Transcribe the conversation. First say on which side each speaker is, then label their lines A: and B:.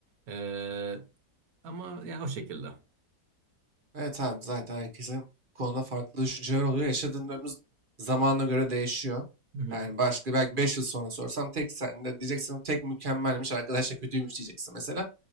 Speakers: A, on the right; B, on the right.
A: E, ama ya o şekilde.
B: Evet abi zaten herkesin bu konuda farklı düşünceler oluyor. Yaşadığımız zamana göre değişiyor.
A: Hı hı,
B: Yani başka belki 5 yıl sonra sorsam tek sen de diyeceksin tek mükemmelmiş arkadaşlar kötüymüş diyeceksin mesela.